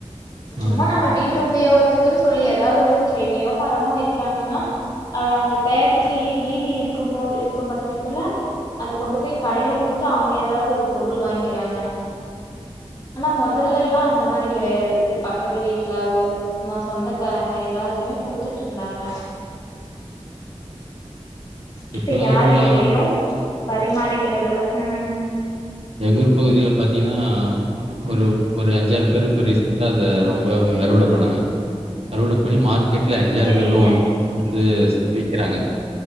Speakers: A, on the left (about 35°); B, on the right (about 60°).
A: சும்மா
B: ஆமா.
A: நம்ம வீட்டு உபயோகத் துக்குன் சொல்லி ஏதாவ்து ஒரு செடியோ மரமோ வெக்கிறாங்கன்னா அது அவுங்க தேவக்கி மீதி இருக்கும்போ இருக்கும் பட்சத்துல அத கொண்டு போய் கடையில குடுத்து அவங்க ஏதாவ்து ஒரு பொருள் வாய்ங் க்கிறாங்க ஆனா மொதல்லேல்லா அந்த மாரி கெடையாது பக்கத்து வீட்லவு மொ சொந்தக்காரங்க எல்லாருக்குமே குடுத்துட்ருந்தாங்க இப்ப
B: இப்பலாம்
A: யாரு
B: அதெல்லாம்
A: எதையு பரிமாறிக்கெறதில்ல ம்
B: எங்கூரு பகுதில பாத்தீங்னா ஒரு ஒரு அஞ்சாறு பேரு இப்ப ரீசென்டா அத ரொம்ப அறுவட பண்ணாங்க அறுவட பண்ணி மார்க் கெட்ல அஞ்சாறு
A: சரிங்க
B: பேருமே ஒண் <inaudible> ந்து ஸ் விக்கிறாங்க